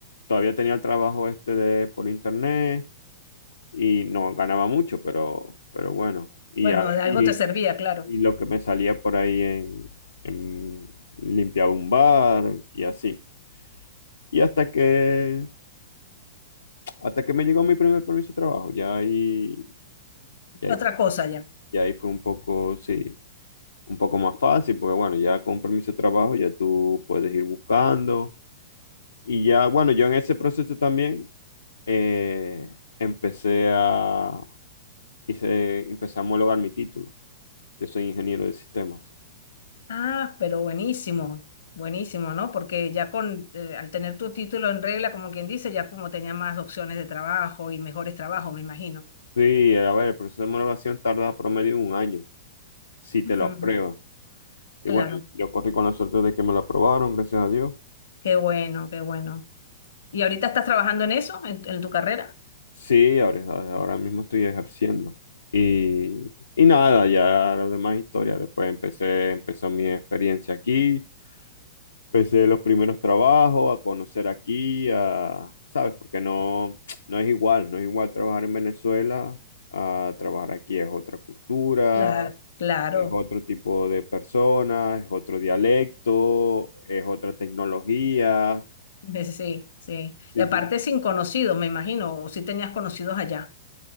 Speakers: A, on the left; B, on the left.
A: todavía tenía el trabajo este de por internet y no ganaba mucho, pero, pero bueno, y,
B: Bueno,
A: a-
B: de algo
A: y,
B: te servía, claro.
A: y lo que me salía por ahí en, en limpiaba un bar y así. Y hasta que Hasta que me llegó mi primer permiso de trabajo, ya ahí, ya
B: Otra
A: ahí, fu-
B: cosa ya.
A: ya ahí fue un poco, sí, un poco más fácil, porque bueno, ya con permiso de trabajo ya tú puedes ir buscando. Y ya, bueno, yo en ese proceso también eh, empecé a, hice- empecé a homologar mi título. Yo soy ingeniero de sistemas.
B: Ah, pero buenísimo, buenísimo, ¿no? Porque ya con, eh, al tener tu título en regla, como quien dice, ya como tenía más opciones de trabajo y mejores trabajos, me imagino.
A: Sí, a ver, el proceso de homologación tarda promedio un año, si te
B: Ujú,
A: lo aprueban. Y bueno,
B: Claro,
A: yo corrí con la suerte de que me lo aprobaron, gracias a Dios.
B: qué bueno, qué bueno. ¿Y ahorita estás trabajando en eso, en, en tu carrera?
A: Sí, ahora, ahora mismo estoy ejerciendo. Y, y nada, ya las demás historias. Después empecé, empezó mi experiencia aquí. Empecé los primeros trabajos, a conocer aquí, a, ¿sabes? Porque no, no es igual, no es igual trabajar en Venezuela a trabajar aquí. Es otra cultura,
B: Claro, claro.
A: es otro tipo de personas, es otro dialecto, es otra tecnología.
B: De- Sí, sí.
A: Sí,
B: Y aparte
A: sí.
B: sin conocidos, me imagino, o si tenías conocidos allá.